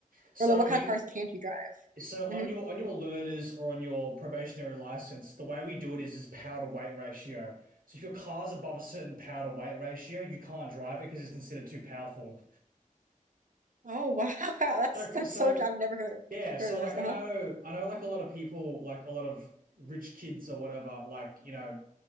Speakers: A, on the right; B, on the right.
A: So
B: Or like, what
A: you
B: kind of cars can't you drive?
A: So on
B: hmm
A: your on your learners or on your probationary license, the way we do it is is power to weight ratio. So if your car's above a certain power to weight ratio, you can't drive it because it's considered too powerful.
B: Oh wow. <laughs> That's
A: So
B: that's
A: so
B: so. I've never heard
A: yeah, so
B: heard of
A: like
B: this. Uh-huh.
A: I know I know like a lot of people like a lot of rich kids or whatever like you know